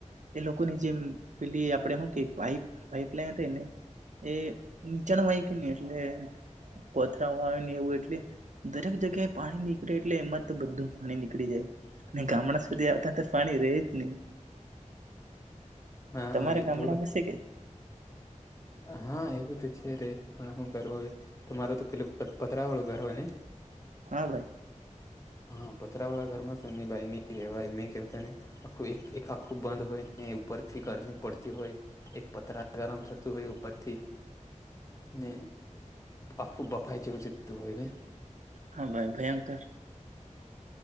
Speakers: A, on the right; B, on the left.
A: એ લોકોની જેમ પેલી આપડે હુ કે પાઈપ પાઈપલાઈન રઈ ને એ નીચાણ વાય કે ને એટલે પથરાવા આવે ને એવું એટલે દરેક જગ્યાએ પાણી નીકળે એટલે એમાં તો બધું નીકળી જાય અને ગામડા સુધી આવતા આવતા તો પાણી રે જ નહી
B: હા
A: તમારા
B: એવું
A: ગામડામાં છે કે
B: હા એવું તો છે રે પણ હુ કરવું હવે તમારો તો પેલુ પતરા વાળું ઘર હોય ને
A: હા ભાઈ
B: હા પતરા વાળા ઘર માં સનીભાઈ ની કહેવાય મેં કને આખું એક આખું બંધ હોય ને ઉપરથી ગરમી પડતી હોય એક પતરા ગરમ થતું હોય ઉપરથી ને આખું બફાઈ જેવું જતું હોય ને
A: હા ભાઈ ભયંકર